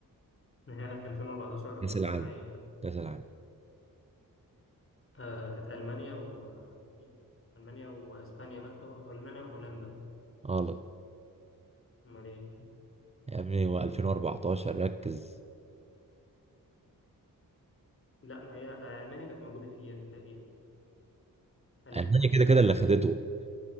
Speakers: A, on the left; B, on the right.
A: نهائي 2014
B: كأس العالم
A: بتاع ايه
B: كأس العالم
A: آه كانت المانيا و مين؟ المانيا واسبانيا او المانيا وهولندا
B: غلط
A: امال ايه
B: يا ابني هو 2014 ركز
A: لا ما هي آه، المانيا كانت موجوده فيه يعني تقريبا المانيا
B: ألمانيا
A: ومين
B: كده كده اللي خدته